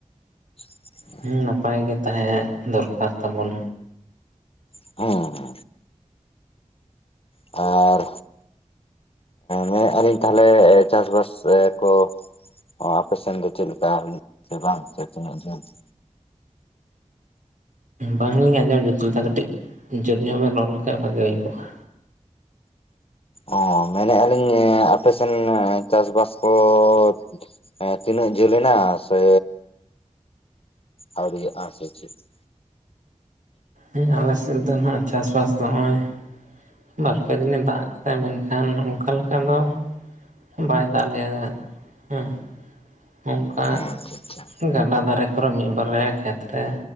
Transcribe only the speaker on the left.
ᱻ <inaudible>
ᱦᱚᱸ ᱾ ᱟᱨᱻ ᱢᱮᱱ ᱫᱟᱞᱤᱧ ᱛᱟᱦᱚᱞᱮ ᱪᱟᱥ ᱵᱟᱥ ᱠᱚ ᱚ ᱟᱯᱮ ᱥᱮᱱ ᱫᱚ ᱪᱮᱫ ᱞᱮᱠᱟ ᱦᱩᱭᱩᱜ ᱥᱮ ᱵᱟᱝ ᱥᱮ ᱛᱤᱱᱟᱹᱜ ᱡᱚᱱ ᱾
ᱚ ᱢᱮᱱᱮᱫ ᱟᱹᱞᱤᱧ ᱟᱯᱮ ᱥᱮᱱ ᱪᱟᱥ ᱵᱟᱥ ᱠᱚ ᱾ ᱦᱮᱸ ᱛᱤᱱᱟᱹᱜ ᱡᱷᱟᱹᱞ ᱮᱱᱟ ᱥᱮ ᱟᱹᱣᱨᱤᱭᱟᱜᱼᱟ ᱟᱯᱮ ᱥᱮᱫ ᱾
ᱦᱚᱸ ᱟᱪᱪᱷᱟ ᱟᱪᱪᱷᱟ